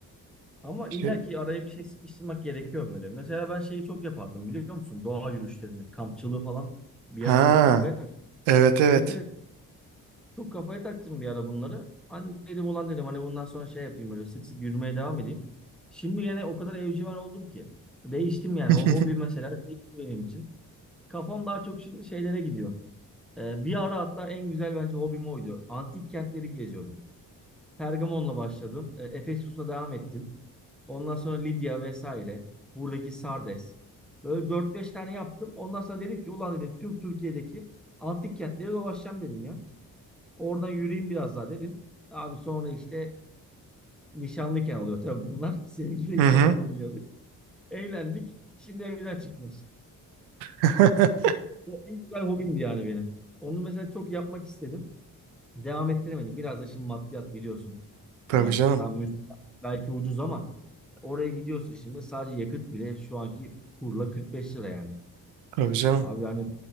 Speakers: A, in the centre; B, on the right (about 80°).
A: Ama
B: İşte,
A: illa ki araya bir şey sıkıştırmak gerekiyor böyle. Mesela ben şeyi çok yapardım biliyor musun? Doğa yürüyüşlerini, kampçılığı falan bir
B: ha
A: ara çok kafaya tak.
B: evet evet.
A: Evet evet. Çok kafaya taktım bir ara bunları. Hani dedim ulan dedim hani bundan sonra şey yapayım böyle sık sık yürümeye devam edeyim. Şimdi yine o kadar evcimen oldum ki. Değiştim yani.
B: <laughs>
A: O hobi mesela değişti benim için. Kafam daha çok şimdi şeylere gidiyor. Ee, bir ara hatta en güzel bence hobim oydu. Antik kentleri geziyordum. Pergamon'la başladım. Ee, Efesus'la devam ettim. Ondan sonra Lidya vesaire. Buradaki Sardes. Böyle dört beş tane yaptım. Ondan sonra dedim ki ulan dedim tüm Türkiye'deki antik kentleri dolaşacağım dedim ya. Oradan yürüyeyim biraz daha dedim. Abi sonra işte nişanlıyken oluyor tabii bunlar. <laughs> Sevgiliyken
B: Hı hı.
A: yapabiliyorduk. Evlendik. Şimdi evden çıkmıyoruz.
B: <laughs>
A: O en güzel hobimdi yani benim. Onu mesela çok yapmak istedim. Devam ettiremedim. Biraz da şimdi maddiyat biliyorsun. Hani
B: Tabii canım.
A: tam müze belki ucuz ama oraya gidiyorsun şimdi sadece yakıt bile şu anki kurla 45 lira yani.
B: Tabii canım.
A: Abi hani